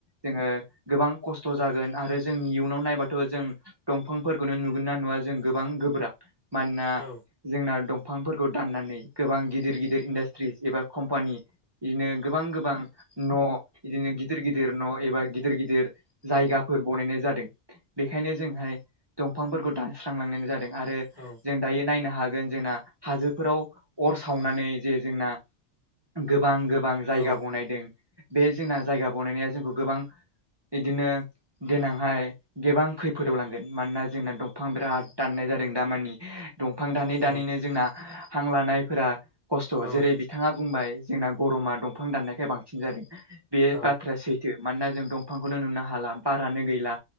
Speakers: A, on the right; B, on the left.
A: जोङो गोबां खस्थ जागोन आरो जोंनि इयुनाव नायबाथ जों दंफांफोरखौनो नुगोन ना नुवा जों गोबां गोब्राब। मानोना
B: औ
A: जोंना दंफांफोरखौ दाननानै गोबां गिदिर गिदिर इन्डास्ट्रिस एबा। कम्पानि बिदिनो गोबां गोबां न बिदिनो गिदिर गिदिर न एबा गिदिर गिदिर जायगाफोर बनायनाय जादों बेखायनो जोंहाय दंफांफोरखौ दानस्रांलां जादों आरो।
B: औ
A: जों दायो नायनो हागोन जोंना हाजोफोराव अर सावनानै जे जोंना। गोबां गोबां जायगा
B: औ
A: बनायदों बे जोंना जायगा बनायनाया जोंखौ गोबां। इदिनो देनांहाय। गोबां खैफोदाव लांगोन मानोना जोंना दंफां बिराद दाननाय जादों दामानि दंफां दानै
B: औ
A: दानैनो जोंना हां लानायफोरा थ'
B: औ
A: जेरै बिथाङा बुंबाय जोंना गरमा दंफां दाननायखाय बांसिन जादों बे
B: औ
A: बाथ्राया सै थो मानोना जों दंफांखौनो नुनो हाला बारानो गैला